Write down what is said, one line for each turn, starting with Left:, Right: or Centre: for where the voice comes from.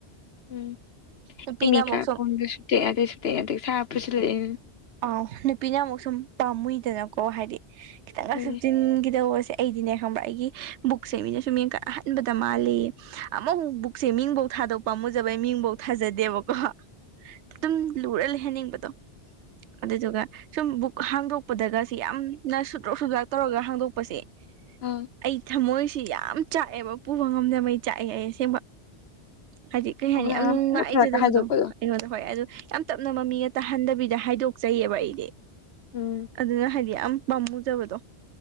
Left: ꯎꯝ
Right: ꯅꯨꯄꯤꯅ
Left: ꯏꯃꯤꯀꯥꯄꯣꯟꯗꯦꯁꯨ
Right: ꯑꯃꯨꯛ ꯁꯨꯝ
Left: ꯇꯦꯛꯑ ꯑꯗꯨꯩꯁꯨ ꯇꯦꯛ ꯑꯗꯗꯒꯤ ꯁꯥꯞꯄꯁꯨ ꯂꯩꯏꯅ
Right: ꯑꯥꯎ ꯅꯨꯄꯤꯅ ꯑꯃꯨꯛ ꯁꯨꯝ ꯄꯥꯝꯃꯨꯏꯗꯅꯀꯣ ꯍꯥꯏꯗꯤ ꯈꯤꯇꯪꯒ
Left: ꯎꯝ
Right: ꯁꯨꯞꯆꯤꯟꯈꯤꯗꯧꯕꯁꯦ ꯑꯩꯗꯤꯅꯦ ꯈꯪꯕ ꯑꯩꯒꯤ ꯕꯨꯛꯁꯦ ꯃꯤꯅ ꯁ ꯃꯤꯡꯀ ꯑꯍꯟꯕꯗ ꯃꯥꯜꯂꯤ ꯑꯃ ꯍ ꯕꯨꯛꯁꯦ ꯃꯤꯡꯐꯧ ꯊꯥꯗꯣꯛ ꯄꯥꯝꯃꯨꯖꯕꯩ ꯃꯤꯡꯐꯧ ꯊꯥꯖꯗꯦꯕꯀꯣ ꯑꯗꯨꯝ ꯂꯨꯔꯂꯦ ꯍꯥꯏꯅꯤꯡꯕꯗꯣ ꯑꯗꯨꯗꯨꯒ ꯁꯨꯝ ꯕꯨꯛ ꯍꯥꯡꯗꯣꯛꯄꯗꯒ ꯁꯤ ꯌꯥꯝꯅ ꯁꯨꯗ꯭ꯔꯣꯛ ꯁꯨꯗ꯭ꯔꯥꯛ ꯇꯧꯔꯒ ꯍꯥꯡꯗꯣꯛꯄꯁꯦ
Left: ꯑꯥ
Right: ꯑꯩ ꯊꯃꯣꯏꯁꯤ ꯌꯥꯝ ꯆꯥꯛꯑꯦꯕ ꯄꯨꯕ ꯉꯝꯗꯉꯩ ꯆꯥꯛꯑꯦ ꯑꯩ ꯑꯁꯦꯡꯕ ꯍꯥꯏꯖꯤꯗꯤ ꯀꯩ ꯍꯥꯏꯅꯤ
Left: ꯑꯩꯈꯣꯏ
Right: ꯌꯥꯝ
Left: ꯑꯃ
Right: ꯅꯨꯡꯉꯥꯏꯖꯗꯕꯗꯣ
Left: ꯐꯔꯛ ꯐꯔꯛꯀ ꯍꯥꯏꯗꯣꯛꯄꯗꯣ
Right: ꯑꯩꯉꯣꯟꯗ ꯍꯣꯏ ꯑꯗꯨ ꯌꯥꯝ ꯇꯞꯅ ꯃꯃꯤꯅ ꯇꯥꯍꯟꯗꯕꯤꯗ ꯍꯥꯏꯗꯣꯛꯆꯩꯌꯦꯕ ꯑꯩꯗꯤ
Left: ꯎꯝ
Right: ꯑꯗꯨꯅ ꯍꯥꯏ ꯌꯥꯝ ꯃꯝꯃꯨꯖꯕꯗꯣ